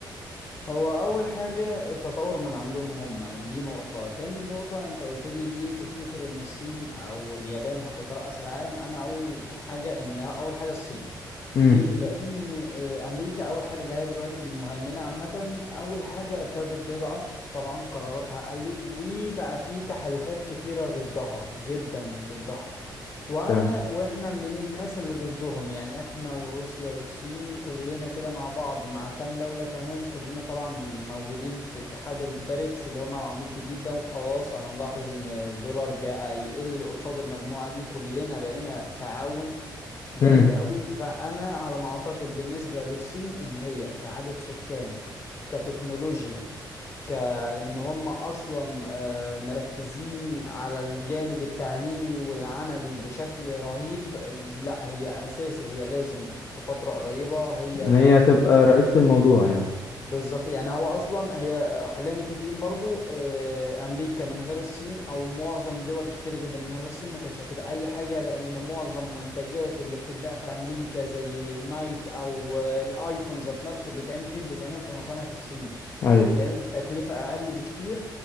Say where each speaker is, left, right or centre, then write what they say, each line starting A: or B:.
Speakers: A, on the left; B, on the left.
A: هو اول حاجة التطور من عندهم هم دي نقطة تاني نقطة انت قلت لي ليه تفتكر ان الصين او اليابان هتترأس العالم انا اول حاجة ان اول حاجة الصين
B: امم
A: ليه لان آه، امريكا اول حاجة اللي هي دلوقتي المهيمنة عامة اول حاجة ابتدت تضعف طبعا قراراتها قلت وبقى في تحالفات كتيرة ضدها جدا ضدها وانا
B: فعلا
A: واحنا من الناس اللي ضدهم يعني احنا وروسيا والصين كلنا كده مع بعض مع كام دولة كمان كلنا طبعا موجودين في اتحاد البريكس اللي هو معمول جديد ده وخلاص انا ملاحظ ان الدولار بقى يقل قصاد المجموعة دي وكلنا بقينا تعاون جامد
B: امم
A: قوي فانا على ما اعتقد بالنسبة للصين ان هي كعدد سكان كتكنولوجيا كأن هم أصلا آه، مركزين على الجانب التعليمي والعملي بشكل رهيب لا هي أساسي هي لازم في فترة قريبة هي
B: ان هي تبقى رئيسة الموضوع يعني
A: بالظبط يعني هو اصلا هي آه، خلينا متفقين برضو آه، امريكا من غير الصين او معظم دول كتيره جدا من غير الصين ما كانتش هتبقى اي حاجه لان معظم منتجات اللي بتتباع في امريكا زي نايك او آه، الايفون ذات نفسه بيتعمل فين بيتعمل في مصانع في الصين
B: ايوه
A: بيتعمل بتكلفه اقل بكتير